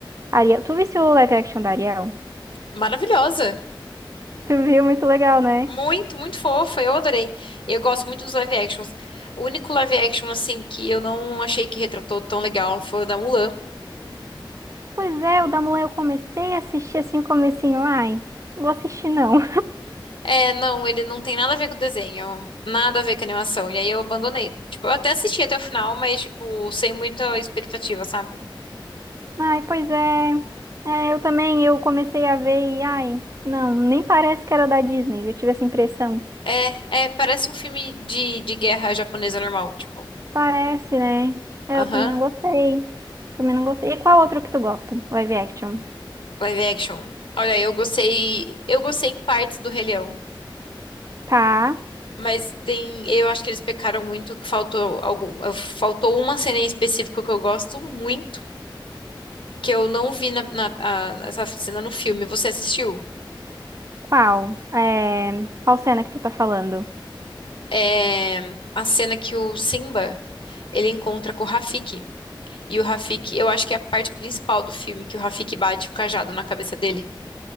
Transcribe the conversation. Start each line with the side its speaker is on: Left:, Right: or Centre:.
Right: Ariel. Tu viste o live action da Ariel?
Left: maravilhosa.
Right: Tu viu? Muito legal, né?
Left: Muito, muito fofa. Eu adorei. Eu gosto muito dos live actions. O único live action, assim, que eu não achei que retratou tão legal foi o da Mulan.
Right: Pois é, o da Mulan eu comecei a assistir assim, o comecinho. Ai, não vou assistir não.
Left: É, não, ele não tem nada a ver com o desenho, nada a ver com a animação. E aí eu abandonei. Tipo, eu até assisti até o final, mas, tipo, sem muita expectativa, sabe?
Right: <laughs> Ai, pois é. É, eu também, eu comecei a ver e ai, não, nem parece que era da Disney. Eu tive essa impressão.
Left: É, é, parece um filme de, de guerra japonesa normal, tipo.
Right: Parece, né? É,
Left: Aham,
Right: Eu também não gostei. Também não gostei. E qual outro que tu gosta? Live action?
Left: live action. Olha, eu gostei, eu gostei em partes do Rei Leão,
Right: Tá.
Left: mas tem, eu acho que eles pecaram muito, que faltou algum, faltou uma cena em específico que eu gosto muito, que eu não vi na, na- a- essa cena no filme. Você assistiu?
Right: Qual? É... Qual cena que tu tá falando?
Left: É a cena que o Simba ele encontra com o Rafiki. E o Rafiki, eu acho que é a parte principal do filme, que o Rafiki bate o cajado na cabeça dele